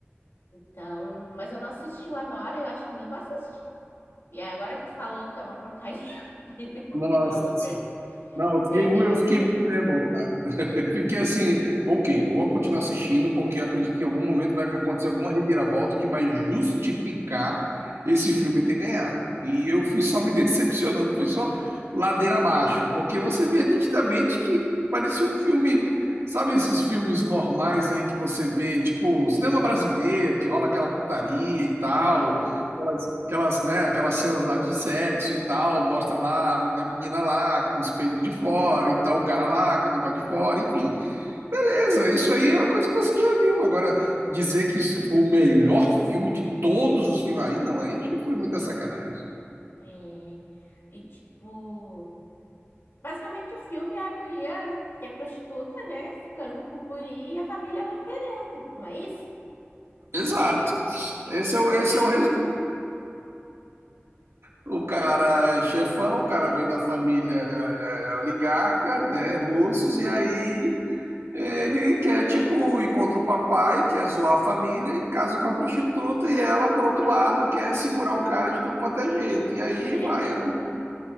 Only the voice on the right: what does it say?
Nossa,
não, eu fiquei,
mu-
eu fiquei
muito revoltado. <laughs> Fiquei assim, ok, vou continuar assistindo, porque eu acredito que em algum momento vai acontecer alguma reviravolta que vai justificar esse filme ter ganhado. E eu fui só me <laughs> decepcionando, foi só ladeira abaixo, porque você via nitidamente que parecia um filme, sabe esses filmes normais aí que você vê, tipo, cinema brasileiro, que rola aquela putaria e tal
Aquelas, né, aquelas cenas lá de sexo e tal, mostra lá a menina lá com os peitos de fora e tal, o cara lá com o negócio de fora, enfim. Beleza, isso aí é uma coisa que você já viu. Agora, dizer que isso foi o melhor filme de todos os filmes, aí não, aí acho que foi muita sacanagem.
Exato. Esse é o,
esse
é o resultado. O cara é chefão, o cara vem da família é, é, é oligarca, né, russos, e aí Ele quer, tipo, ir contra o papai, quer zoar a família e casa com a prostituta, e ela, por outro lado, quer segurar o cara de tudo quanto é jeito. E aí
vai.
a